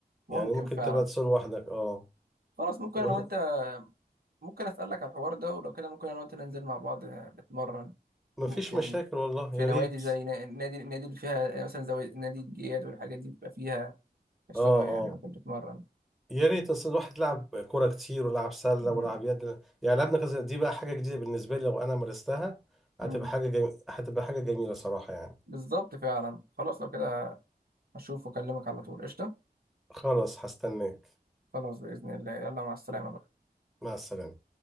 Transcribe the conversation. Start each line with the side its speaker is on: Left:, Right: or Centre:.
Right: ممكن
Centre: يعني ممكن
Right: فعلا
Centre: تبقى تسوق لوحدك اه
Right: خلاص ممكن
Centre: ولا
Right: انا وانت ممكن اسالك على الحوار ده ولو كده ممكن انا وانت ننزل مع بعض آه، نتمرن
Centre: مفيش
Right: ممكن
Centre: مشاكل والله
Right: في
Centre: يا
Right: نوادي
Centre: ريت
Right: زي نا- نادي النادي اللي فيها آه، مثلا زي نادي الجياد والحاجات دي بيبقى فيها حصانه
Centre: اه
Right: يعني
Centre: اه
Right: ممكن تتمرن
Centre: يا ريت اصل الواحد لعب كوره كتير ولعب سله
Right: مم.
Centre: ولعب يد يعني لعبنا كذا دي بقى حاجه جديده بالنسبه لي لو انا مارستها
Right: مم.
Centre: هتبقى حاجه جميله هتبقى حاجه جميله صراحه يعني
Right: بالظبط فعلا خلاص لو كده هشوف واكلمك على طول قشطة
Centre: خلاص هستناك
Right: خلاص بإذن الله يلا مع السلامة بقى
Centre: مع السلامه